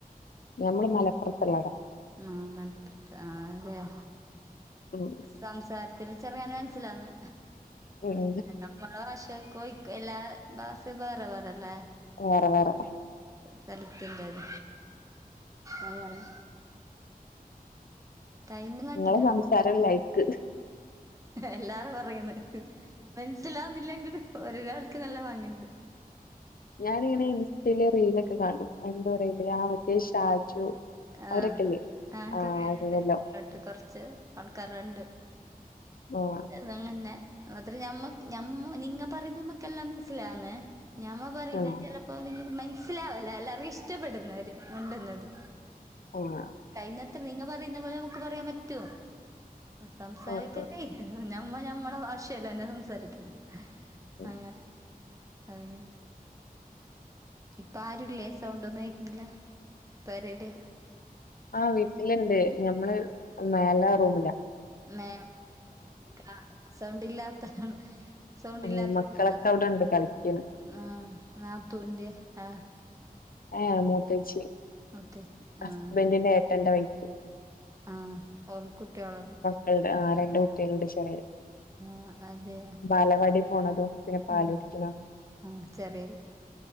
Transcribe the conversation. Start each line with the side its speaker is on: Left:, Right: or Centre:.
Left: !!!!!!!!
Right: മാ! !!!!! ആഹ് അതെയോ
Left: ഉം
Right: സംസാര്ത്ത്ല് ചെർങ്ങനെ മൻസ്സിലാകുന്ന്
Left: ഉം
Right: നമ്മള ഭാഷൊക്കൊയി കൈല്ലാ ഭാഷ ബേറ വേറല്ലേ
Left: വേറെ വേറെ
Right: സലത്തിൻ്റെത് അങ്ങനെ ടൈം നോക്കിനാ
Left: നിങ്ങളെ സംസാരം ലൈക്ക്
Right: എല്ലാരും പറയുന്ന് മൻസിലാവുന്നില്ലെങ്കിലും ഒരാൾക്ക് നല്ല പാങ്ങ്ണ്ട്
Left: ഞാനിങ്ങനെ ഇൻസ്റ്റയിലെ റീലൊക്കെ കാണും എന്തോറയല് ആ മറ്റേ ഷാജു
Right: ആഹ്
Left: അവരൊക്കെല്ലേ
Right: ആങ്കറാട്ട്
Left: ആഹ് അവരതല്ലോ
Right: ആട്ട് കൊർച്ച് ആൾക്കാരണ്ട്
Left: ഹോ ഹാഹ്
Right: ഇതങ്ങന്നെ മാത്രേ ഞമ്മക്ക് ഞമ്മ നിങ്ങ പറഞ്ഞമ്മക്കെല്ലാം മെൻസ്സിലാവ്ന്ന് ഞാമ്മ പറയുന്നത്
Left: ആഹ്
Right: ചെലപ്പോ നിങ്ങക്ക് മെൻസ്സിലാവൂല്ല എല്ലാർക്കും ഇഷ്ടപ്പെടുന്ന ഒര് കൊണ്ടന്നത്
Left: ഓഹ് ആഹ്
Right: കയ്യുന്നത്ര നിങ്ങ പറയുന്ന പോല നമുക്ക് പറയാൻ പറ്റോ സംസാരിക്കട്ടെയ്
Left: ആഹ്
Right: ഞമ്മ ഞമ്മളെ ഭാഷയല്ലെന്നെ സംസാരിക്കുന്നെ
Left: ആഹ്
Right: അങ്ങനെ അങ്ങനെ <unintelligible> ഇപ്പ ആരൂല്ലേ സൗണ്ടൊന്നും കേക്ക്ണില്ല. പെരേല്
Left: ആഹ് വീട്ടില്ണ്ട് ഞമ്മള് മേലെ റൂമ്
Right: മേം ക സൗണ്ടില്ലാത്താണ് സൗണ്ട്
Left: ആഹ്
Right: ഇല്ലാത്ത
Left: മക്കളൊക്കെ
Right: <unintelligible>
Left: അവിടെണ്ട് കളിക്ക്ണ്
Right: ണ്ട ആഹ് നാത്തൂന്റെ ആഹ്
Left: ഏഹ് ഹേ മൂത്തച്ചി
Right: മത്തെ
Left: ഹസ്ബന്റിന്റെ
Right: ആഹ്
Left: ഏട്ടന്റെ വൈഫ്
Right: ആഹ് ഓർ കുട്ട്യോളെ
Left: ണ്ടാൾണ്ട്, ആഹ് രണ്ട് കുട്ട്യൾണ്ട് ചെറിയെ
Right: ആഹ് അതെ.
Left: ബാലവാടി പോണതും പിന്നെ പാലുടിക്കണം
Right: ആഹ് ആഹ് ചെറിയത്